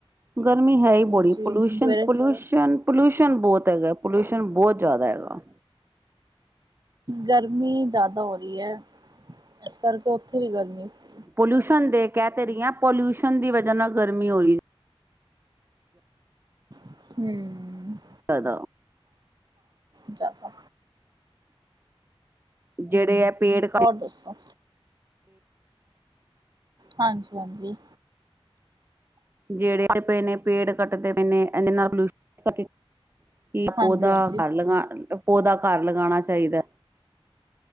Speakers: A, on the right; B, on the right.
A: ਗਰਮੀ ਹੈ ਹੀ
B: ਹਾਂਜੀ
A: ਬੜੀ ।ਪੋਲਿਊਸ਼ਨ,
B: ਸਵੇਰੇ
A: ਪੋਲਿਊਸ਼ਨ ਪੋਲਿਊਸ਼ਨ ਬਹੁਤ ਹੈਗਾ, ਪੋਲਿਊਸ਼ਨ ਬਹੁਤ ਜ਼ਿਆਦਾ ਹੈਗਾ।
B: ਗਰਮੀ ਜ਼ਿਆਦਾ ਹੋ ਰਹੀ ਹੈ, ਇਸ ਕਰਕੇ ਉੱਥੇ ਵੀ ਗਰਮੀ ਸੀ।
A: ਪੋਲਿਊਸ਼ਨ ਦੇ ਕਹਿ ਤੇ ਰਹੀਆਂ, ਪੋਲਿਊਸ਼ਨ ਦੀ ਵਜ੍ਹਾ ਨਾਲ ਗਰਮੀ ਹੋ ਰਹੀ
B: ਹੁਮ
A: ਫਾਇਦਾ
B: ਜ਼ਿਆਦਾ
A: ਜਿਹੜੇ ਇਹ ਪੇੜ
B: ਹੋਰ ਦੱਸੋ। ਹਾਂਜੀ ਹਾਂਜੀ।
A: ਜਿਹੜੇ ਤੇ ਪਏ ਨੇ, ਪੇੜ ਕੱਟਦੇ ਪਏ ਨੇ ।ਇਹਦੇ ਨਾਲ ਪੋਲਿਊਸ਼ਨ ਕਿ
B: ਹਾਂਜੀ
A: ਓਦਾ
B: ਹਾਂਜੀ
A: ਘਰ ਲਗਾਣ ਪੌਦਾ ਘਰ ਲਗਾਉਣਾ ਚਾਇੰਦੈ